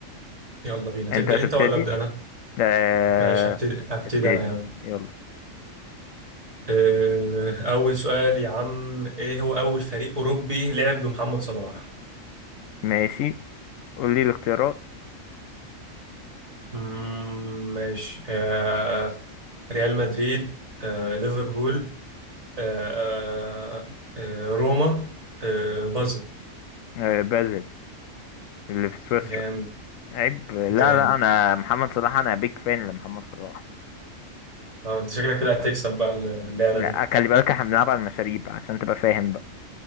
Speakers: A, on the right; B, on the left.
A: يلا بينا
B: انت
A: تبدا
B: هتبتدي
A: انت ولا ابدا انا
B: آه...
A: ماشي هبتدي هبتدي
B: ابتدي
A: انا يعني
B: يلا
A: أه، اول سؤال يا عم ايه هو اول فريق اوروبي لعب بمحمد صلاح
B: ماشي قول لي الاختيارات
A: مم، ماشي آه ريال مدريد آه ليفربول آه آه آه روما آه بازل
B: آه بازل اللي في سويسرا
A: جامد
B: عيب لا
A: جامد
B: لا انا محمد صلاح انا بيك فان لمحمد صلاح
A: آه انت شكلك كده هتكسب بقى اللعبة
B: لا
A: دي
B: خلي بالك احنا بنلعب على المشاريب عشان تبقى فاهم بقى